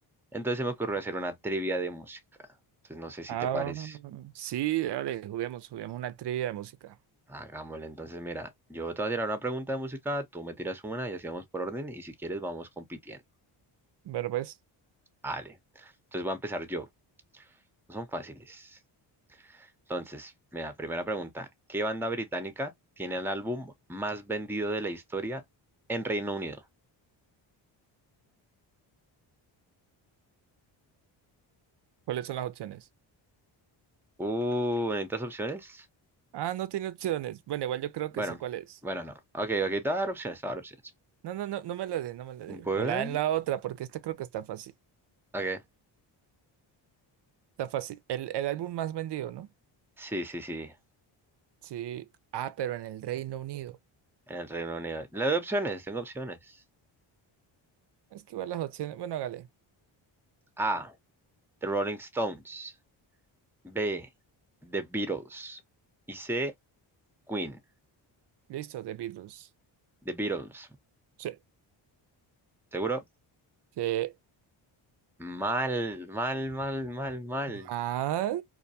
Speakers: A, in the centre; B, on the right (about 55°).
A: Entonces se me ocurrió hacer una trivia de música. Entonces no sé si
B: Ah,
A: te parece.
B: sí, dale, juguemos, juguemos una trivia de música.
A: Hagámosle. Entonces, mira, yo te voy a tirar una pregunta de música, tú me tiras una y así vamos por orden y si quieres vamos compitiendo.
B: Ver, pues,
A: Vale. Entonces voy a empezar yo. No Son fáciles. Entonces, mira, primera pregunta, ¿qué banda británica tiene el álbum más vendido de la historia en Reino Unido?
B: ¿cuáles son las opciones?
A: Uh, ¿necesitas opciones?
B: Ah, no tiene opciones. Bueno, igual yo creo
A: Bueno,
B: que sé cuál es.
A: bueno, no. Ok, ok, te voy a dar opciones, te voy a dar opciones.
B: No, no, no, no me la dé, no me la
A: Bueno,
B: dé. Me la den la otra, porque esta creo que está fácil.
A: ok.
B: Está fácil. El, el álbum más vendido, ¿no?
A: Sí, sí, sí,
B: Sí. Ah, pero en el Reino Unido.
A: en el Reino Unido. Le doy opciones, tengo opciones.
B: Es que igual las opciones. Bueno, hágale.
A: A, The Rolling Stones. B, The Beatles. Y C, Queen.
B: Listo, The Beatles.
A: The Beatles.
B: Sí.
A: ¿Seguro?
B: ¿Qué
A: Mal, mal, mal, mal, mal.
B: más?